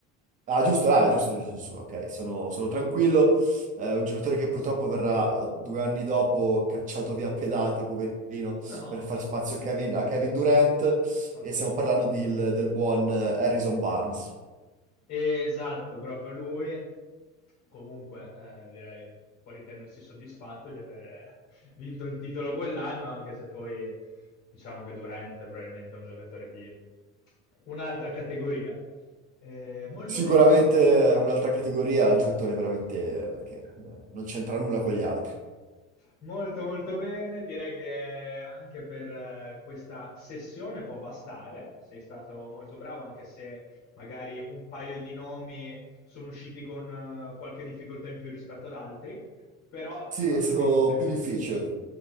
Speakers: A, on the right; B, on the left.
A: Ah, giusto, ah, giusto, giusto, giusto. Ok, sono, sono tranquillo. Eh, un giocatore che purtroppo verrà eh, due anni dopo cacciato via a pedate, poverino,
B: No.
A: per far spazio a Kevin, a Kevin Durant.
B: Ok.
A: E stiamo parlando di- del buon eh, Harrison Barnes.
B: Eh, Esatto, proprio lui. Comunque, eh, direi può ritenersi soddisfatto di aver <laughs> vinto il titolo quell'anno, anche se poi diciamo che Durant è probabilmente un giocatore di un'altra categoria. Eh, molto
A: Sicuramente
B: bene,
A: un'altra categoria, un giocatore veramente eh, che eh, non c'entra nulla con gli altri.
B: Molto molto bene, direi che anche per eh, questa sessione può bastare, sei stato molto bravo anche se magari un paio di nomi sono usciti con eh, qualche difficoltà in più rispetto ad altri, però
A: Sì,
B: ti faccio
A: è stato
B: i miei complimenti,
A: più difficile.